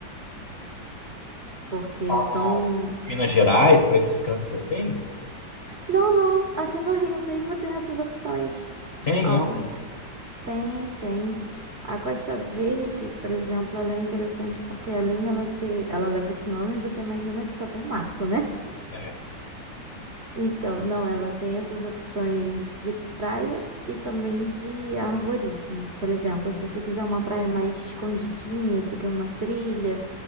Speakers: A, on the right (about 45°); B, on the left (about 40°).
A: Porque
B: pra
A: são.
B: Minas Gerais, pra esses cantos assim,
A: Não, não. Aqui no Rio mesmo tem essas opções.
B: tem,
A: Algo
B: é um.
A: tem, tem. A Costa Verde, por exemplo, ela é interessante porque além dela ser. Ela leva esse nome, você imagina que só tem mato, né?
B: é.
A: Então, não, ela tem essas opções de praia e também de arvorismo. Por exemplo, se você quiser uma praia mais escondidinha, seguir uma trilha,